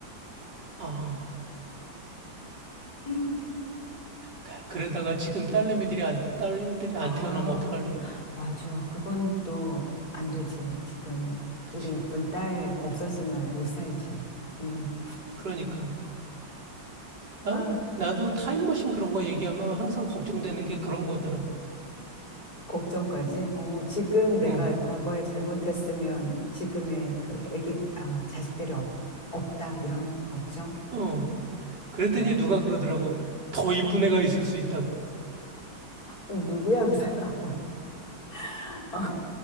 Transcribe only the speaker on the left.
음.
아,
맞아. 그건 또 안 되지. 지금
우리 이쁜 딸 없었으면 못 살지. 음.
아,
걱정까지? 어, 지금 내가
과거에 잘못했으면 지금의 그 애기, 아, 자식들이 없, 없다, 이런 걱정?
음.
누구야, 그 사람은? <laughs> 어,